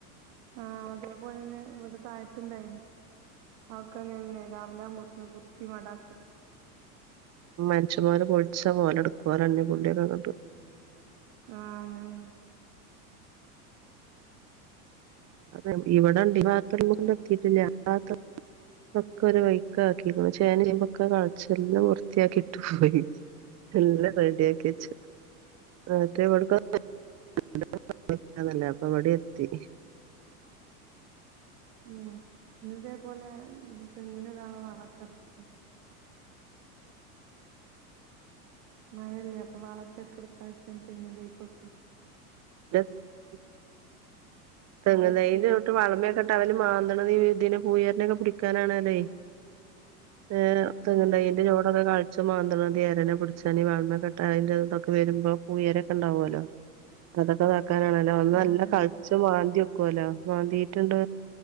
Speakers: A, on the right; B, on the right.
A: ആഹ് അതേപോലെ തന്നെ ഇവിടെ താഴത്തണ്ടായിന് അവക്കങ്ങനെയായിന്ന് ല്ലാം കുത്തി മടാക്കിട
B: മനുഷ്യന്മാര് പൊളിച്ച മോലെടുക്കുവാല് അന്യകൂണ്ടിയൊക്കെ കണ്ട്
A: ആ അങ്ങനെന്നെ
B: ഉം ഇവിടെണ്ട് ഈ ഭാഗതോന്നങ്ങടെത്തിട്ടില്ല ആ ഭാഗത്ത് ഒക്കൊരു വൈക്കാക്കിക്ക്ണ് ചേനിം ചേബെക്കെ കൾച്ചെല്ലാം വൃ വൃത്തിയാക്കിട്ടു പോയി എല്ലാം റെഡി യാക്ക്യച്ച് <unintelligible> <unintelligible> ന്നല്ലേ അപ്പ ഇവടി എത്തി
A: ഉം ഇന്ന് ഇതേപോലെ തെങ്ങിനിടാള്ള വളക്കട്ത്ത് മയല്ലേ അപ്പൊ വളത്തെ ട്ടെട്ക്കാവച്ച് ഞാൻ തെങ്ങും തയ്ക്കൊക്കെ
B: <unintelligible> തെങ്ങും
A: വളം ഇറക്കീന്
B: തയ്യിന്റെ ചോട്ട് വളമെ ക്കെട്ട അവല് മാന്തണതീ ഇതിനെ ഈ പുയലിനെയൊക്കെ പിടിക്കാനാണതേ ഏഹ് തെങ്ങ്
A: ഏഹ്
B: ണ്ടായി അയ്ൻ്റെ ചോടൊക്കെ കാ ച്ച് മാന്ത് മാന്തി എരേനെ പിടിച്ചാ വാമ കെട്ട അതിന്റെ ഇതൊക്കെ വരുമ്പോ പൂയരൊക്കെ ഉണ്ടാവൊല്ലോ അതൊക്കെ താക്കാനാണല്ലോ ഒന്ന് നല്ല
A: അതെ
B: കടിച്ചു
A: അതെ
B: മാന്തി വെക്കുവല്ലോ മാന്തിട്ട്ണ്ട്